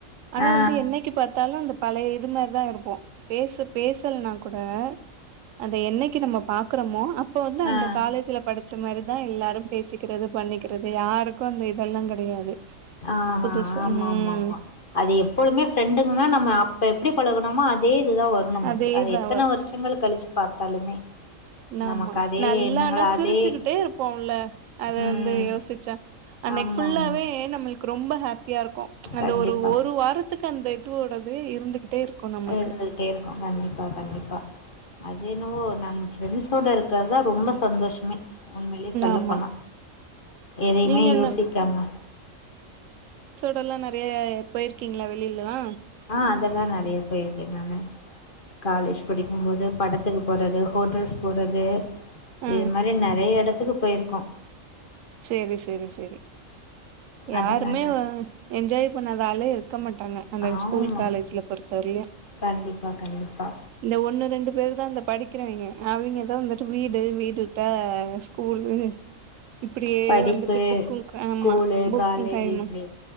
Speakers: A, on the right; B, on the left.
A: ஆனா
B: ஆ
A: வந்து என்னைக்கு பாத்தாலு அந்த பழைய இது மாரிதா இருப்போ பேசு பேசல்னா கூட அத என்னைக்கு நம்ம பாக்கறமோ அப்ப வந்து அந்த
B: ஆ
A: காலேஜ்ல டச்ச மாரிதா எ ல்லாரும் பேசிக்றது பண்ணிக்றது யாருக்கு அந்த இதெல்லாங் கெடையாது
B: ஆஹாஆமாம்மாம்மா
A: புதுசு ம்
B: அது எப்பொழுமே ஃபிரண்டுங்கனா நம்ம இப்ப எப்டி பழகனமோ அ தே இது தா வரு நமக்கு
A: அதேதா
B: அது எத்தன வருஷங்கள் கழிச்சு பாத்தாலுமே
A: நாமா
B: நமக்கு அதே
A: நல்லா
B: எண்ணங்கள்
A: ஆனா சிரிச்சுக்கிட்டே
B: அதே
A: இருப்போல்ல அத
B: ம்
A: வந்து யோசிச்சா அன்னைக்
B: ஆமா
A: ஃபுல்லாவே
B: ஆமா
A: நம்ள் க்கு ரொம்ப ஹேப் யாருக்கு அந்த
B: கண்டிப்பா
A: ஒரு ஒரு வாரத்துக்கு அந்த இதுவோடதே இருந்துகிட்டே இருக்கு நமக்கு
B: இருந்துகிட்டே இருக்கு கண்டிப்பா கண்டிப்பா அது என்னவோ நான் ஃப்ரெண்ட்ஸோட இருக்கறதா ரொம்ப சந்தோஷமே உண்மைலியே சொல்லப்போனா
A: ஆமா
B: எதையுமே
A: நீங்க அந்த
B: யோசிக்காம
A: டல்லா நறைய பொய்ருக்கீங்ளா வெளிலல்லா
B: ஆ அதெல்லா நறைய பொய்ருக்கே நானு காலேஜ் படிக்கும் போது படத்துக்கு போறது ஹோட்டல்ஸ் போறது
A: ஆ
B: இது மாரி நறைய எட த்துக்கு பொய்ருக்கோ
A: சேரி செரி செரி யாருமேவ
B: அதெல்லா நெறைய
A: என்ஜாய் பண்ணாத ஆளே இரு க்க மாட்டாங்க அந்த
B: ஆமா
A: ஸ்கூல் காலேஜ்ல பொறுத்தவரைலியு
B: கண்டிப்பா கண்டிப்பா
A: இந்த ஒண்ணு ரெண்டு பேர் தா இந்த படிக்கிறவிங்க அவிங்கதா வந்துட்டு வீடு வீடு விட்டா ஸ்கூலு இப்டியே
B: படிப்பு
A: வந்துட்டு புக்கு
B: ஸ்கூலு
A: ஆமா புக்கு
B: காலேஜு
A: டைமு
B: இப்டி